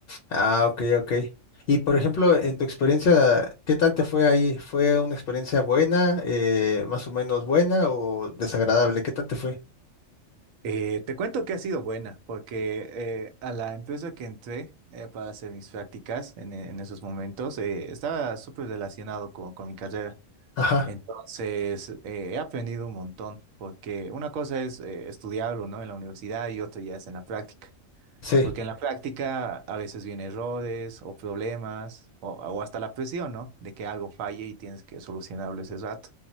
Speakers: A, on the left; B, on the right.
A: Ah, ok, ok. Y por ejemplo, en tu experiencia, ¿qué tal te fue ahí? ¿Fue una experiencia buena, eh, más o menos buena o desagradable? ¿Qué tal te fue?
B: Eh, te cuento que ha sido buena, porque eh, a la empresa que entré eh, para hacer mis prácticas en, en esos momentos eh, estaba súper relacionado con, con mi carrera.
A: Ajá,
B: Entonces, eh, he aprendido un montón, porque una cosa es eh, estudiarlo, ¿no? En la universidad y otra ya es en la práctica.
A: sí.
B: Porque en la práctica a veces vienen errores o problemas o, o hasta la presión, ¿no? De que algo falle y tienes que solucionarlo ese rato.